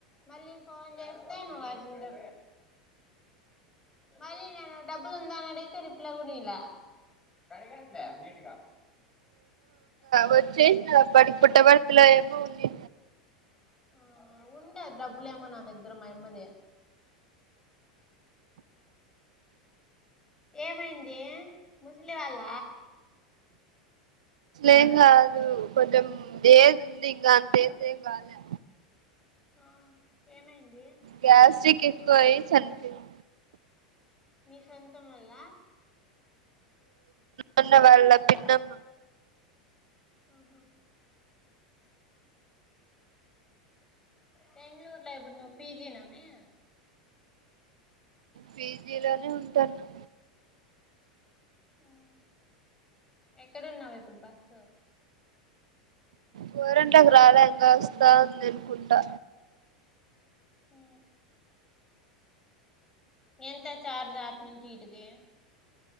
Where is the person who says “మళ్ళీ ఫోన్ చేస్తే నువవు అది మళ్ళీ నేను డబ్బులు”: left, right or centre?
Left